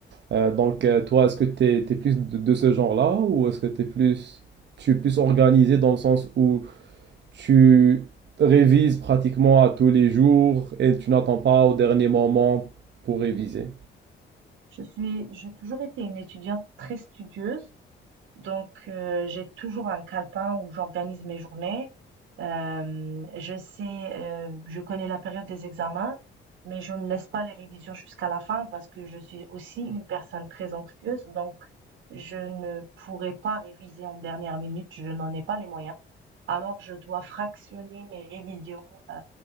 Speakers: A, on the right (about 60°); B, on the right (about 75°).
A: Euh, donc, euh, toi, est-ce que tu es, plus de, de ce genre-là ou est-ce que t'es plus, tu es plus organisé dans le sens où tu révises pratiquement à tous les jours et tu n'attends pas au dernier moment pour réviser?
B: Je suis j'ai toujours été une étudiante très studieuse, Donc, heu, j'ai toujours un calepin où j'organise mes journées. Hem, je sais, heu, je connais la période des examens, mais je ne laisse pas les révisions jusqu'à la fin parce que je suis aussi une personne très anxieuse, donc je ne pourrais pas réviser en dernière minute, je n'en ai pas les moyens. Alors je dois fractionner mes révisions, heu